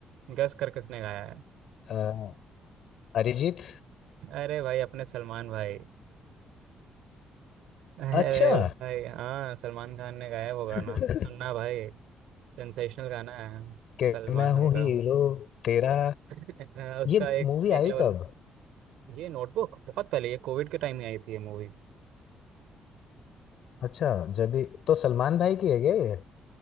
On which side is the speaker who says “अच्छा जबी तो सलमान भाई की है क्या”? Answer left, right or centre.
Left